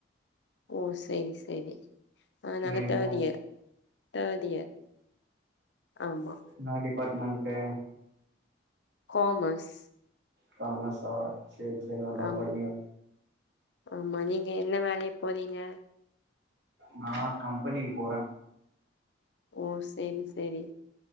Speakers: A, on the left; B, on the right.
A: ஓ செரி செரி ஆ நாங்க
B: நீங்க
A: தேர்ட் இயர் தேர்ட் இயர் ஆமா
B: என்ன டிபார்ட்மென்டு
A: காமர்ஸ்
B: காமர்ஸா சேர் சேரி நல்லா
A: ஆம்
B: படிங்க
A: ஆமா நீங்க என்ன வேலைக் போறீங்க
B: நா கம்பெனிக் போற
A: ஓ சேரி சேரி